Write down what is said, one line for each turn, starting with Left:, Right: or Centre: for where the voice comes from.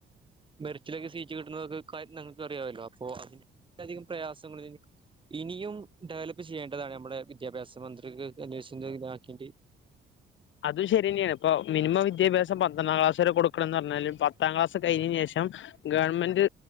Right: മെരിറ്റിലൊക്കെ സീറ്റ് കിട്ടുന്നതൊക്കൊര്യഞങ്ങൾക്ക് അറിയാല്ലോ അപ്പൊ അതി അധികം പ്രയാസങ്ങള ഇനിയും ഡെവലപ്പ് ചെയ്യേണ്ടതാണ് നമ്മുടെ വിദ്യാഭ്യാസ മന്ത്രിക്ക് ന്തരു ഇതാക്കിട്ട്
Left: അത് ശരി തന്നെയാണ് ഇപ്പ മിനിമം വിദ്യാഭ്യാസ പന്ത്രണ്ടാം ക്ലാസ് വരെ കൊടുക്കണന്ന് പറഞ്ഞാല് പ പത്താം ക്ലാസ് കഴിഞ്ഞതിന് ശേഷം ഗവൺമെന്റ്